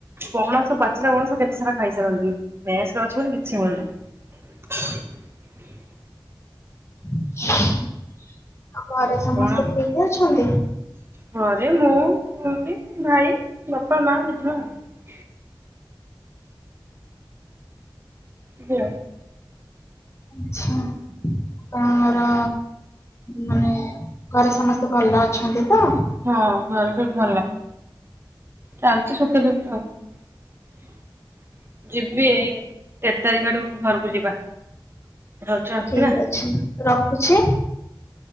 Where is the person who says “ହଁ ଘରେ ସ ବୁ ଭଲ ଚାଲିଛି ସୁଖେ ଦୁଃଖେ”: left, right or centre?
Right